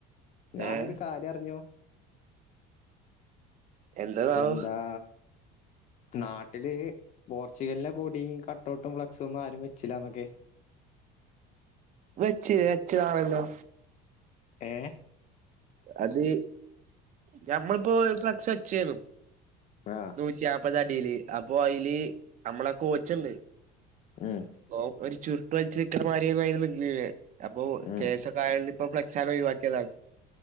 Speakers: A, on the left; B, on the right.
A: ഞാനൊരു
B: ഏഹ്
A: കാര്യം അറിഞ്ഞു.
B: എന്തെന്നാവോ?
A: എന്താ നാട്ടില് പോർച്ചുഗലിന്റെ കൊടിയും കട്ടഔട്ടും ഫ്ലക്സും ഒന്നും ആരും വെച്ചില്ല എന്നൊക്കെ
B: വച്ചിലെ വച്ചതാണല്ലോ
A: ഏ
B: അത് ഞമ്മളിപ്പോ ഫ്ലെക്സ് ച്ചേതു
A: ആഹ്
B: നൂറ്റി നാൽപത് അടീല് അപ്പൊ അയില് നമ്മളൊക്കെ ഓച്ചണ്ട്
A: ഉം
B: <unintelligible> ക്ലച്‌ ക്ക്ണ മാര്യോന്നയ്ന് നിന്നീലെ അപ്പൊ
A: ഉം
B: കേശൊക്കെ ആയാല് പ്പൊ ഫ്ലക്സാണ്ട് ഒഴിവാക്കിയതാണ്